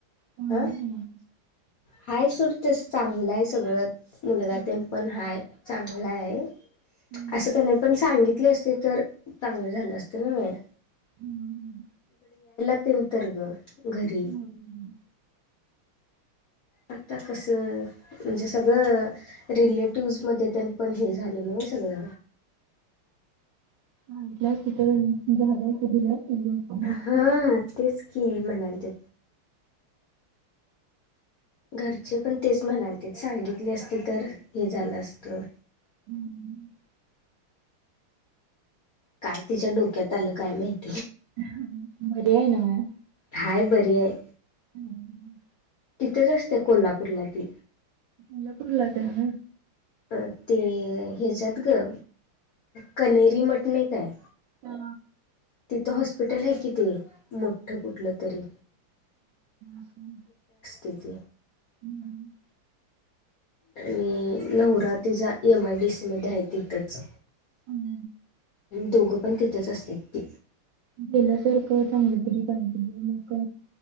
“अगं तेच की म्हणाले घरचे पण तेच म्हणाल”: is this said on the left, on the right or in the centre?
Left